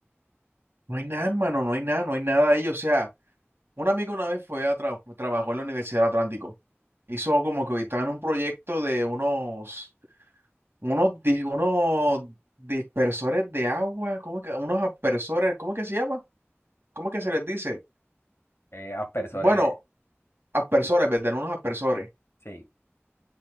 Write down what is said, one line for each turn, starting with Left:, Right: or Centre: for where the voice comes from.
Right: No hay nada, hermano, no hay nada, no hay nada ahí. O sea, un amigo una vez fue a tra- trabajó en la Universidad del Atlántico. Hizo como que estaba en un proyecto de unos unos, di- unos dispersores de agua, ¿cómo que? Unos aspersores, ¿cómo que se llama? ¿Cómo que se les dice?
Left: Eh, aspersores
Right: Bueno,
Left: de...
Right: aspersores, ¿verdad? Unos aspersores.
Left: Sí,